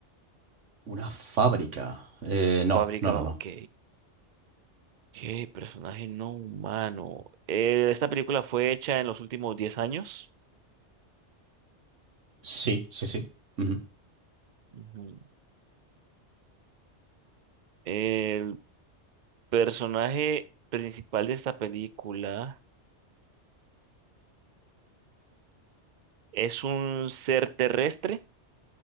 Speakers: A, on the right (about 85°); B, on the right (about 50°).
A: Una fábrica. Eh, no,
B: Fábrica,
A: no, no, no.
B: ok. qué personaje no humano. Eh, esta película fue hecha en los últimos diez años.
A: Sí, sí, sí. Ujú,
B: Ujú. El personaje principal de esta película es un ser terrestre,